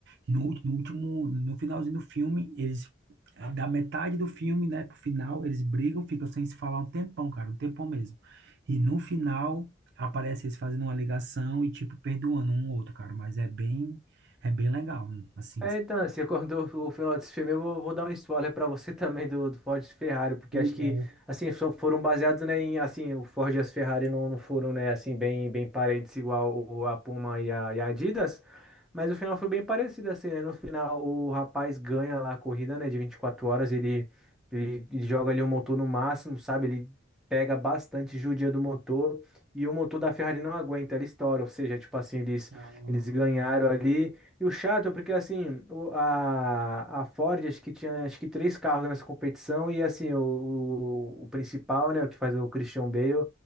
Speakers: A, on the right (about 60°); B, in the centre.
A: No, no último, no finalzinho do filme, eles é, Da metade do filme, né, pro final, eles brigam, ficam sem se falar um tempão, cara, um tempão mesmo. E no final, aparece eles fazendo uma ligação e, tipo, perdoando um ao outro, cara. Mas é bem, é bem legal, hum, assim.
B: É, então, você acordou o final desse filme, eu vou, vou dar um spoiler pra você <laughs> também do, do Ford e Ferrari, porque
A: Pois
B: acho que,
A: é.
B: assim, só foram baseados, né, em, assim, o Ford e as Ferrari não, não foram, né, assim, bem, bem parentes igual o, a Puma e a, e a Adidas, mas o final foi bem parecido, assim, né, no final o rapaz ganha lá a corrida, né, de 24 horas, ele, ele, ele joga ali o motor no máximo, sabe, ele pega bastante judia do motor, e o motor da Ferrari não aguenta, ele estoura, ou seja, tipo assim, eles,
A: Ah,
B: eles ganharam ali, E o chato é porque, assim, o- a, a Ford, acho que tinha acho que três carros nessa competição, e, assim, o, o, o principal, né, o que faz o Christian Bale,